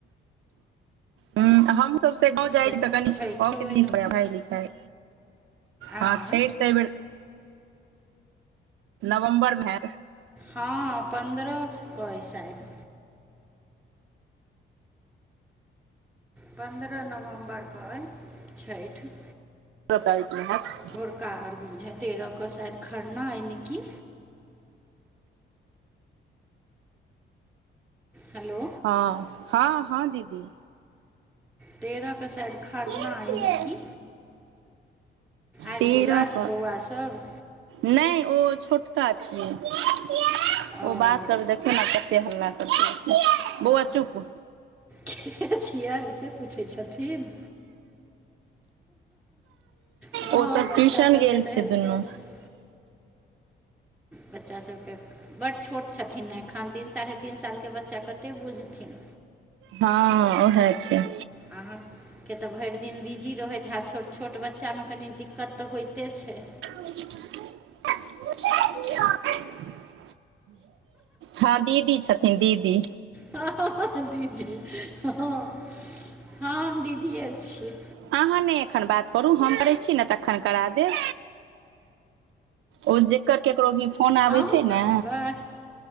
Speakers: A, on the right; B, in the centre.
A: हूँ हमहूँ सभ से जाइ
B: फेर
A: छी तऽ कनिई
B: छठिओ अइ न
A: पढ़ाइ लिखाई
B: आँ
A: हँ छठि से एहि बेर नवम्बरमे
B: हँ पन्द्रहके अइ शायद पन्द्रह नवम्बरक यै छठि
A: तत
B: भोरका
A: <inaudible>
B: अर्घ बुझाइते तेरह कऽ शायद खरना यइ ने कि हेलो
A: हँ हँ हँ दीदी
B: तेरह के शायद खरना
A: के
B: अइ
A: छियै
B: नय की आबि
A: तेरह
B: गेलैथ
A: क
B: बौआ सभ
A: नहि ओ छोटका छै ओ
B: ओ
A: बात करै देखियौ ने कते हल्ला करतै बौआ चुप
B: के छिय से पूछै छथिन हँ
A: ओ सब
B: बच्चा
A: ट्यूशन
B: सभके
A: गेल
B: तऽ
A: छै
B: होइते
A: दुनू
B: छै बच्चा सभके बड्ड छोट छथिन ने एखन तीन साले तीन सालके बच्चा कतेक बुझथिन
A: हँ उएह छै
B: अहाँ कि तऽ भरि दिन बिजी रहैत ह आब छोट छोट बच्चामे कनि दिक्कत तऽ होइते छै
A: आ <unintelligible> <inaudible> हँ दीदी छथिन दीदी
B: हँ हँ हँ दीदी हँ हम दीदिए छी
A: अहाँ नहि एखन बात करू हम करै छी ने तखन करा द ओ जेकर ककरो भी फोन आबै
B: अहूँ
A: छै
B: करबै
A: ने